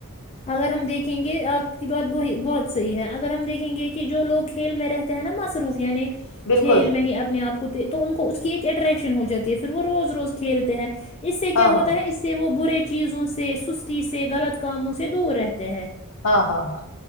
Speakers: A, on the left; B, on the left.
A: اگر ہم دیکھیں گے آپ کی بات بہت صحیح ہے اگر ہم دیکھیں گے کہ جو لوگ کھیل میں رہتے ہیں نا مصروف یعنی
B: بالکل
A: کھیل میں ہی اپنے آپ کو تو ان کو اس کی ایک اٹریکشن ہو جاتی ہے پھر وہ روز روز کھیلتے ہیں اس سے کیا
B: ہاں
A: ہوتا
B: ہاں
A: ہے اس سے وہ برے چیزوں سے تیی سے غلط کاموں سے دور رہتے ہیں
B: ہاں ہاں ہاں